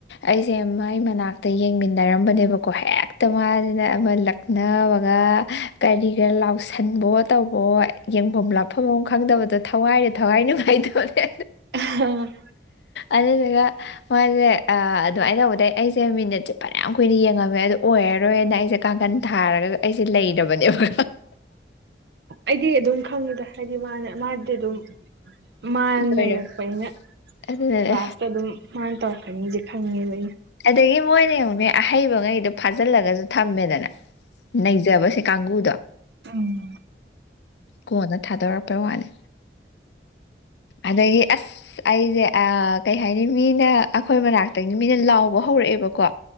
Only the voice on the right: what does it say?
<unintelligible>
ꯑꯩꯗꯤ ꯑꯗꯨꯝ ꯈꯪꯉꯦꯗ ꯍꯥꯏꯗꯤ ꯃꯥꯅ ꯃꯥꯗꯤ ꯑꯗꯨꯝ ꯃꯥꯅꯩꯔꯛꯄꯅꯤꯅ
ꯂꯥꯁꯇ ꯑꯗꯨꯝ ꯃꯥꯥꯅ ꯇꯧꯔꯛꯀꯅꯤꯁꯤ ꯈꯪꯉꯦꯕ ꯑꯩ
ꯎꯝ